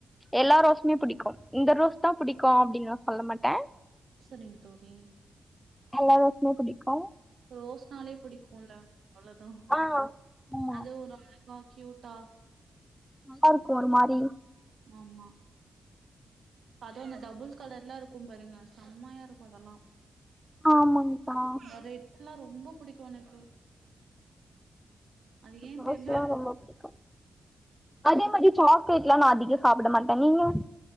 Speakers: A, in the centre; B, on the right.
A: எல்லா ரோஸுமே பிடிக்கூ இந்த ரோஸ் தான் புடிக்கூ அப்டின்னு நான் சொல்ல மாட்டே
B: செரிங்க தோழி
A: எல்லா ரோஸுமே புடிக்கு
B: ரோஸ்னாலே பிடிக்குல அவ்ளோதான்
A: ஆ ஆமா
B: அது ஒரு அ செம கியூட்டா
A: நல்லா இருக்கூ ஒரு மாரி
B: ஆமா அது அந்த டபுள் கலர் லாம் இருக்கக பாருங்க செம்மையா இருக்கும் அதெல்லாம்
A: ஆமாங்கக்கா
B: அந்த ரெட்ல்லா ரொம்ப பிடிக்கூ எனக்கு அது ஏன்
A: சாஸ்லா
B: தெர்ல.
A: ரொம்ப பிடிக்கூ அதே மாதிரி சாக்லேட் ல்லாம் நான் அதிகோ சாப்ட மாட்டே நீங்க